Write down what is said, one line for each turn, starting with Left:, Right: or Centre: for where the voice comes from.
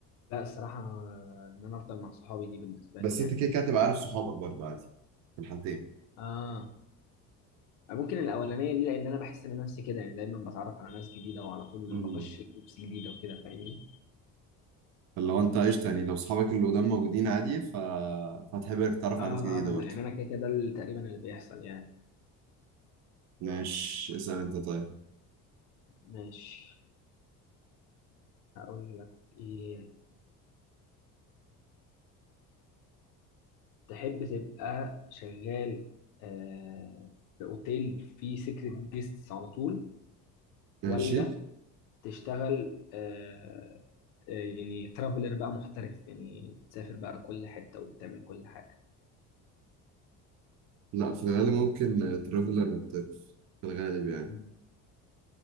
Left: لا الصراحة أنا- إن أنا أفضل مع صحابي دي بالنسبة
Right: بس
Left: لي يعني
Right: انت كده كده هتبقى عارف صحابك برضه عادي في الحالتين
Left: اه ممكن الأولانية دي لأن أنا بحس إن نفسي كده يعني دايما بتعرف على ناس جديدة وعلى طول
Right: امم
Left: بخش جروبس جديدة وكده فاهمني
Right: فلو انت قشطة يعني لو صحابك اللي قدام موجودين عادي ف... فهتحب انك تتعرف
Left: آه
Right: على ناس جديدة
Left: آه
Right: برضه
Left: لا يعني أنا كده كده ده اللي- تقريبا اللي بيحصل يعني
Right: ماشي اسأل انت طيب
Left: ماشي هقول لك إيه تحب تبقى شغال آه، في اوتيل فيه سيكريت جيستس على طول
Right: ماشي
Left: ولا تشتغل آه، آه، يعني ترافلر بقى محترف يعني بتسافر بقى كل حتة وبتعمل كل حاجة
Right: لا في الغالب ممكن ترافلر محترف في الغالب يعني
Left: مم.